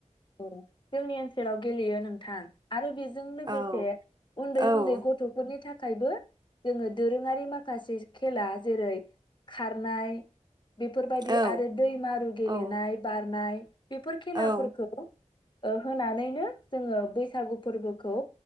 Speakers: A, on the left; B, on the right.
A: औ जोंनि ओनसोलाव गेलेयो नोंथां आरो बेजों लोगोसे
B: औ
A: उन्दै
B: औ
A: उन्दै गथ'फोरनि थाखाय थाखायबो जोङो दोरोङारि माखासे खेला जेरै खारनाय बेफोरबायदि
B: औ
A: आरो दै मारु गेलेनाय
B: औ
A: बारनाय बेफोर खेलाफोरखौ
B: औ
A: ओ होनानैनो जोङो बैसागु फोरबोखौ